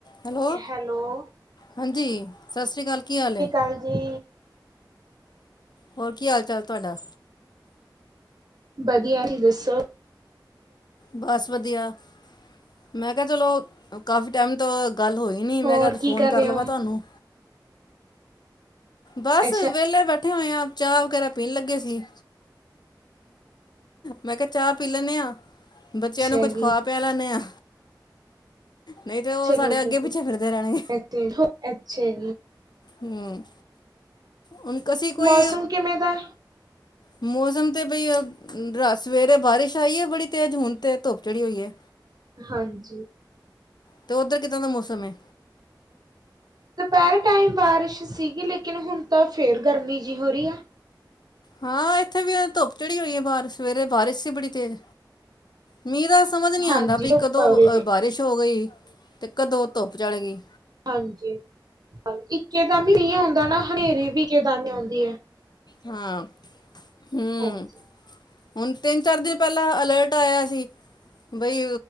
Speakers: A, on the left; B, on the right.
A: Hello!
B: Hello,
A: ਹਾਂਜੀ ਸਤਿ ਸ੍ਰੀ ਕਾਲ ਕੀ ਹਾਲ ਏ?
B: ਹਾਂਜੀ।
A: ਹੋਰ ਕੀ ਹਾਲ ਚਾਲ ਤੁਆਡਾ?
B: ਬਦੀਆ ਤੁਸੀਂ ਦੱਸੋ?
A: ਬਸ ਵਦੀਆ ਮੈਂ ਕਿਆ ਚਲੋ ਕਾਫੀ ਟੈਮ ਤੋਂ ਗੱਲ ਹੋਈ ਨੀ ਮੈਂ
B: ਹੋਰ
A: ਕਿਆ ਆੱਜ
B: ਕੀ
A: ਫੋਨ ਕਰ
B: ਰਹੇ
A: ਲਵਾ
B: ਹੋ?
A: ਤੁਆਨੂੰ ਬਸ
B: ਅੱਛਾ
A: ਵੇਲੇ ਬੈਠੇ ਹੋਏ ਆ ਚਾਹ ਵਗੈਰਾ ਪੀਣ ਲੱਗੇ ਸੀ। ਮੈਂ ਕਿਆ ਚਾਹ ਪੀ ਲੈਨੇ ਆ ਬੱਚਿਆਂ
B: ਅੱਛਾ
A: ਨੂੰ ਕੁੱਝ
B: ਜੀ,
A: ਖਵਾ ਪਿਆ ਲੈਨੇ ਆ। ਨਈ ਤੇ ਓ
B: ਚਲੋ
A: ਸਾਡੇ
B: ਵਧੀਆ
A: ਅੱਗੇ ਪਿੱਛੇ ਫਿਰਦੇ ਰੈਨਗੇ।
B: ਅੱਛਾ ਜੀ।
A: ਹੂੰ ਹੁਣ ਕਸੀ ਕੋਈ
B: ਮੌਸਮ ਕਿਵੇਂ ਦਾ?
A: ਮੌਸਮ ਤੇ ਬਈ ਰਾ ਸਵੇਰੇ ਬਾਰਿਸ਼ ਆਈ ਏ ਬੜੀ ਤੇਜ਼ ਹੁਣ ਤੇ ਧੁੱਪ ਚੜ੍ਹੀ ਹੋਈ ਏ।
B: ਹਾਂਜੀ।
A: ਅਤੇ ਓੱਧਰ ਕਿੱਦਾਂ ਦਾ ਮੌਸਮ ਏ?
B: ਦੋਪੈਰੇ ਟਾਈਮ ਬਾਰਿਸ਼ ਸੀਗੀ ਲੇਕਿਨ ਹੁਣ ਤਾਂ ਫੇਰ ਗਰਮੀ ਜੀ ਹੋ ਰੀ ਐ।
A: ਹਾਂ ਇੱਥੇ ਵੀ ਓ ਧੁੱਪ ਚੜ੍ਹੀ ਹੋਈ ਏ ਬਾਰ ਸਵੇਰੇ ਬਾਰਿਸ਼ ਸੀ ਬੜੀ ਤੇਜ਼ ਮ੍ਹੀ ਦਾ ਸਮਝ ਨੀ
B: ਹਾਂਜੀ
A: ਆਂਦਾ ਵੀ
B: ਧੁੱਪ
A: ਕਦੋਂ
B: ਆ ਉਰੇ ਵੀ।
A: ਅ ਬਾਰਿਸ਼ ਹੋ ਗਈ ਤੇ ਕਦੋਂ ਧੁੱਪ ਚੜ ਗੀ।
B: ਹਾਂਜੀ ਇੱਕੇ ਦਾੱਮ ਮ੍ਹੀ ਆਂਦਾ ਨਾ ਹਨੇਰੀ ਵੀ ਇੱਕ ਦਮ ਆਂਓਦੀ ਐ।
A: ਹਾਂ ਹੂੰ।
B: ਹਾਂਜੀ।
A: ਹੁਣ ਤਿੰਨ ਚਾਰ ਦਿਨ ਪੈਲਾਂ ਅਲਰਟ ਆਇਆ ਸੀ ਬਈ